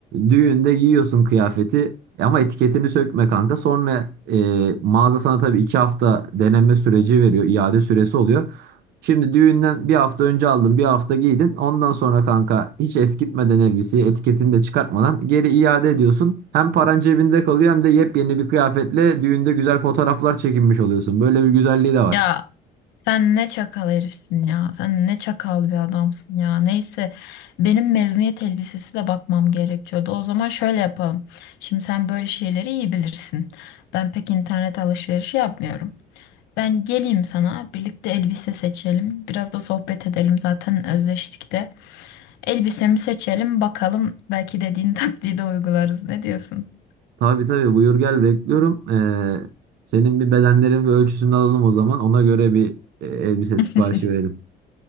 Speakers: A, on the right; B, on the left.
A: Düğünde giyiyorsun kıyafeti ama etiketini sökme kanka. Sonra e, mağaza sana tabii iki hafta deneme süreci veriyor. iade süresi oluyor. Şimdi düğünden bir hafta önce aldın bir hafta giydin. Ondan sonra kanka hiç eskitmeden elbiseyi etiketini de çıkartmadan geri iade ediyorsun. Hem paran cebinde kalıyor hem de yepyeni bir kıyafetle düğünde güzel fotoğraflar çekinmiş oluyorsun. Böyle bir güzelliği de var.
B: Ya sen ne çakal herifsin ya. Sen ne çakal bir adamsın ya. Neyse benim mezuniyet elbisesi de bakmam gerekiyordu. O zaman şöyle yapalım. Şimdi sen böyle şeyleri iyi bilirsin. Ben pek internet alışverişi yapmıyorum. Ben geleyim sana, birlikte elbise seçelim. Biraz da sohbet edelim zaten özleştik de. Elbisemi seçelim bakalım belki dediğin <laughs> taktiği de uygularız. Ne diyorsun?
A: Tabii tabii buyur gel bekliyorum. E, senin bir bedenlerin ve ölçüsünü alalım o zaman. Ona göre bir e, elbise
B: <laughs>
A: siparişi verelim.